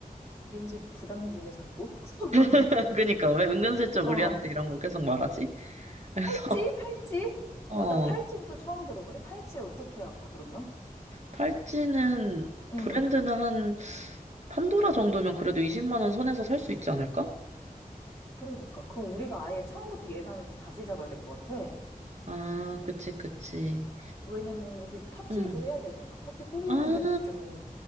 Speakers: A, on the left; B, on the right.
A: 민지 부담 주네, 자꾸. <laughs>
B: <laughs> 그니까 왜 은근슬쩍
A: 어.
B: 우리한테 이런 거 계속 말하지? 그래서
A: 팔찌?
B: <laughs>
A: 팔찌?
B: 어
A: 어, 나 팔찌는 또 처음 들어보네. 팔찌 어떻게 할까, 그러면?
B: 팔찌는
A: 응.
B: 브랜드는 한 판도라 정도면 그래도 20만 원 선에서 살 수 있지 않을까?
A: 그러니까. 그럼 우리가 아예 처음부터 예산을 좀 다시 잡아야 될 것 같아.
B: 아 그치 그치
A: 왜냐면 우리 파티도
B: 음.
A: 해야 되잖아. 파티 꾸미는데도
B: 아
A: 좀